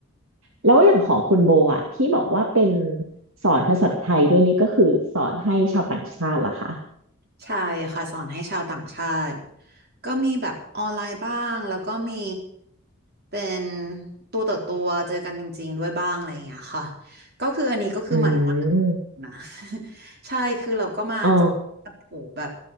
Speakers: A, on the right; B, on the right.
A: แล้วอย่างของคุณโบอะที่บอกว่าเป็นสอนภาษาไทยด้วยนี่ก็คือสอนให้ชาวต่างชาติเหรอคะ
B: ใช่ค่ะสอนให้ชาวต่างชาติก็มีแบบออนไลน์บ้างแล้วก็มีเป็นตัวต่อตัวเจอกันจริงๆด้วยบ้างอะไรอย่างเงี้ยค่ะก็คืออันนี้ก็คือใหม่มาก
A: อืม
B: นะ <laughs> ใช่คือเราก็มาจับจับโผแบบ
A: อ๋อ